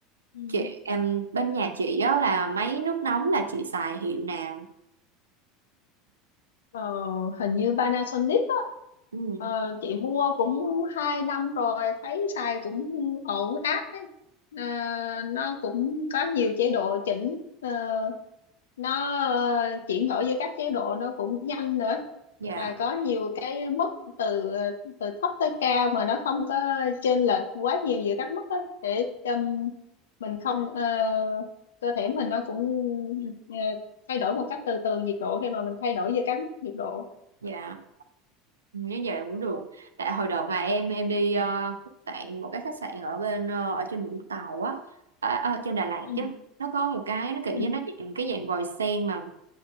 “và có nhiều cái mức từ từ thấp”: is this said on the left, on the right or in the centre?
Left